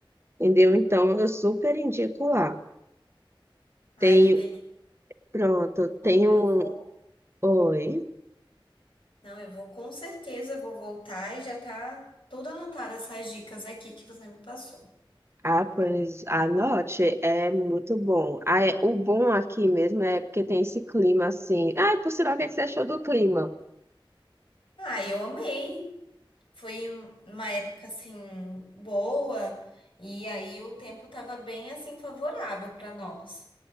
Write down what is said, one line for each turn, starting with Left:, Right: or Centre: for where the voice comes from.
Right: entendeu? Então eu super indico lá.
Left: ai,
Right: Tem
Left: que delícia.
Right: Pronto,
Left: Não,
Right: tem
Left: eu
Right: um.
Left: vou,
Right: Oi.
Left: não, eu vou com certeza vou voltar e já tá tudo anotado essas dicas aqui que você me passou.
Right: Ah, pois anote, é muito bom. Ah, é... O bom aqui mesmo é porque tem esse clima assim. Ah, por sinal, o que é que você achou do clima?
Left: Ah, eu amei. Foi um- uma época assim boa e aí o tempo tava bem assim favorável para nós.